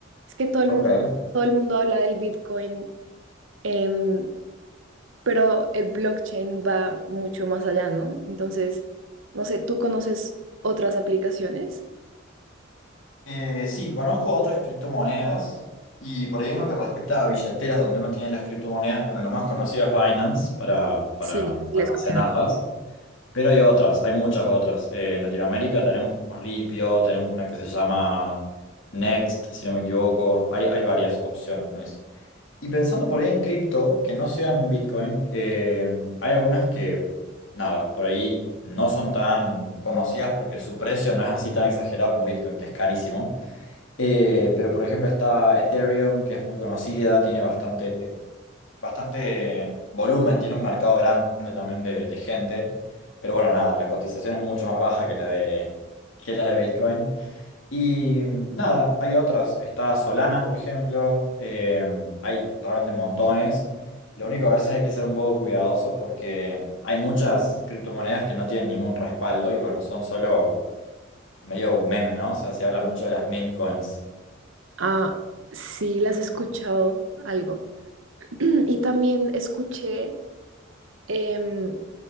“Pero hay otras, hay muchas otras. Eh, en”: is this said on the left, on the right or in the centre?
Left